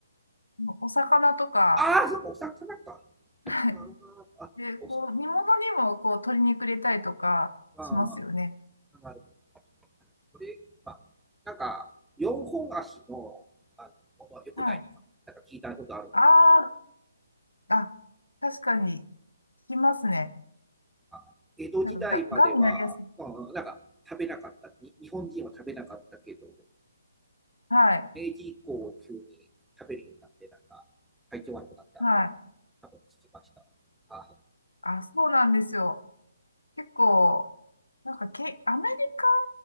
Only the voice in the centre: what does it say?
ああ、そっか、お魚か。
あーあ、
お魚
か。なるほど。これ、まあ、なんか、四本足の、あの、ものは良くないとか、
なんか聞いたことあるんですけど、
まあ江戸時代までは、
まあ、なんか、食べなかった、に日本人は食べなかったけど、
0時以降急に食べるようになって、なんか、体調悪くなったみたいな、
多分聞きました。あ、